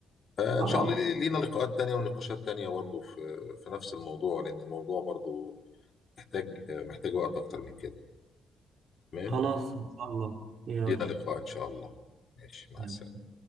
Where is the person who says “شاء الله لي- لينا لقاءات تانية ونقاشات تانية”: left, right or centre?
Left